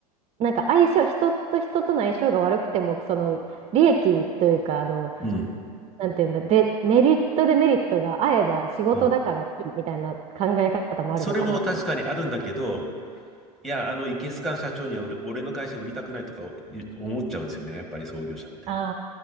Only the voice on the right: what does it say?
なんか相性、人と人との相性が悪くても、その利益というか、あの、
なんていうんだ、で、メリットデメリットが合えば仕事だからいいみたいな考え方もあるのかなと思って。
あ